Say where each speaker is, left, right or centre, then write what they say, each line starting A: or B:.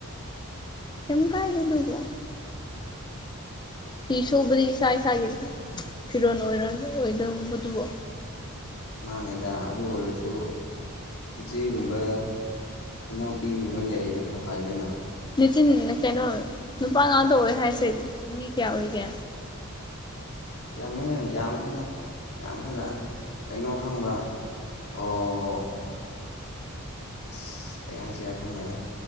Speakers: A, on the left (about 20°); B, on the left (about 85°).
A: ꯀꯩꯝ ꯀꯥꯏꯗꯦ ꯗꯨꯕꯨ꯫ ꯐꯤ ꯁꯨꯕꯗꯤ ꯏꯁꯥ ꯏꯁꯥꯒꯤ ꯐꯤꯔꯣꯟ ꯑꯣꯏꯔꯣ ꯑꯣꯏꯗꯧꯕꯗꯨꯕꯨ꯫
B: ꯃꯥꯅꯦꯗꯥ ꯑꯗꯨ ꯑꯣꯏꯔꯁꯨ ꯏꯆꯦꯒꯨꯝꯕ ꯏꯅꯥꯎꯄꯤꯒꯨꯝꯕ ꯂꯩꯔꯗꯤ ꯈꯔ ꯐꯩꯗꯅ꯫
A: ꯅꯆꯤꯟ ꯀꯩꯅꯣ ꯅꯨꯄꯥ ꯉꯥꯛꯇ ꯑꯣꯏ ꯍꯥꯏꯁꯦ ꯃꯤ ꯀꯌꯥ ꯑꯣꯏꯒꯦ꯫
B: ꯌꯥꯝꯃꯦ ꯌꯥꯝꯈ꯭ꯔꯅꯤ ꯌꯥꯝꯈ꯭ꯔꯖꯥꯠꯅꯤ ꯀꯩꯅꯣ ꯈꯪꯕ꯭ꯔꯥ꯫ ꯑꯣ꯫ <unintelligible> ꯑꯁ ꯀꯔꯤ ꯍꯥꯏꯁꯤꯔꯥ ꯈꯪꯗꯦꯗ